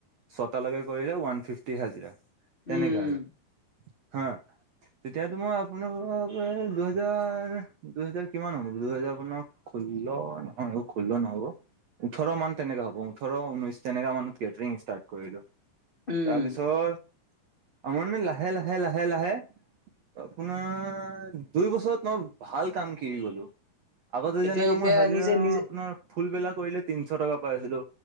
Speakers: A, on the right (about 70°); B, on the left (about 70°).
A: ছতালকে কৰিলে ওৱান ফিফি হাজিৰা। তেনেকা
B: উম।
A: আৰু হা। তেতিয়াতো মই আপোনালোকক এ দুহেজাৰ দুহেজাৰ কিমান হব দুহেজাৰ মানক। খোল্ নহয় খোল্ল নহ'ব ওঠৰ মান তেনেকা হ'ব। থৰ ঊনৈ তেনেকা মানত কেট্ৰিং ষ্টাৰ্ট কৰিলো।
B: উম
A: তাৰপিছত আমনি লাহ। লাহে লাহে লাহে আপোনাৰ দুই বছৰত মই ভাল কাম। কি গলো আগতে
B: এতিয়া
A: যেনেকে
B: এতিয়া
A: মোৰ হাজিৰা
B: নিজে নিজে
A: আপোনাৰ। ফুলবেলা কৰিলে তিনিশ টকা পাই আছিলো